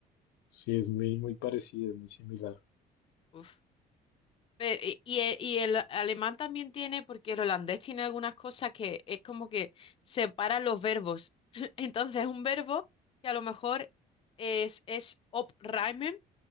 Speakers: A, on the left (about 85°); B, on the left (about 30°).
A: Sí, es muy, muy parecido, muy similar.
B: Uf. Pero, y, y e- y el alemán también tiene, porque el holandés tiene algunas cosas que es como que separa los verbos. <laughs> Entonces, un verbo que a lo mejor es, es op reimen,